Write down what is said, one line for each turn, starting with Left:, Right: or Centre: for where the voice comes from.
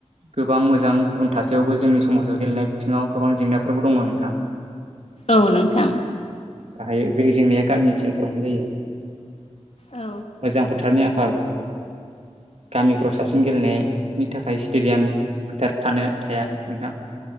Right: गोबां मोजां गुबुन थासेयावबो जोंनि समाजाव गेलेनाय बिथिङाव गोबां जेंनाफोरबो दङ नोंथां
Left: औ नोंथां
Right: गाहायै बे जेंनाया गामि ओनसोलफोरावनो जायो
Left: औ
Right: मोजां फोथारनि आंखाल गामिफ्राव साबसिन गेलेनाय नि थाखाय स्टेडियाम गोथार थानो थाया नोंथां